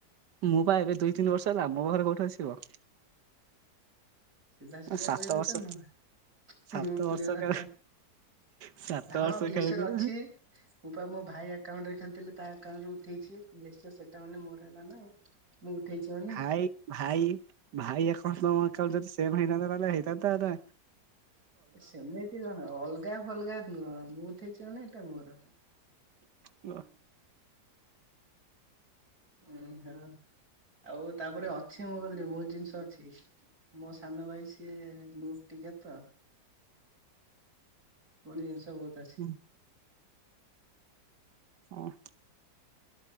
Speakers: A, on the right (about 70°); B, on the right (about 55°).
A: ମୁଁ ବା ଏବେ ଦୁଇ ତିନି ବର୍ଷ ହେଲା ମୋ ଘରେ କୋଉଠି ଆସିବ?
B: ସିଧା ସିଧା
A: ସାତ
B: କହିବେ
A: ବର୍ଷ
B: ତ ନୁହ
A: ସାତ
B: ଲୁପ
A: ବର୍ଷ
B: ରେ ରଖ।
A: କା ସାତ
B: ହଁ
A: ବର୍ଷ
B: ଗ୍ଲେସିୟର
A: ଖେଳୁଛୁ
B: ଅଛି ମୋ ପା ମୋ ଭାଇ ଏକାଉଣ୍ଟରେ ଖେଲିଥିଲେ ତା ଆକାଉଣ୍ଟରେ ଉଠେଇଚି। ନିଶ୍ଚୟ ସେଟା ମାନେ ତ ମୋର ହେଲା ନା? ମୁଁ ଉଠେଇଚି ମାନେ
A: ଭାଇ ଭାଇ ଭାଇ ଏକାଉଣ୍ଟ ମୋ ଏକାଉଣ୍ଟ ଯଦି ସେମ ହୋଇଥାନ୍ତା ତାହାଲେ ହେଇଥାନ୍ତା ଏଟା
B: ସେମିତି କଣ ଅଲଗା ଫଲଗା ନୁହ। ମୁଁ ଉଠେଇଚି ମାନେ ଏଇଟା ମୋର।
A: କୁହ।
B: ଉହୋ ଆଉ ତାପରେ ଅଛି ମୋ କରେ ବହୁତ ଜିନିଷ ଅଛି। ମୋ ସାନ ଭାଇ ସିଏ ଲୁପ ଟିକେ ତ। ଅଳିଆ ଜିନିଷ ବହୁତ ଅଛି।
A: ହୁଁ, ହଁ